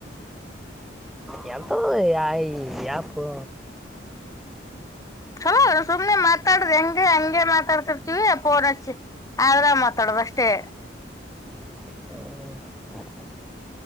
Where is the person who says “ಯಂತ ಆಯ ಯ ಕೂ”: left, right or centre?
Centre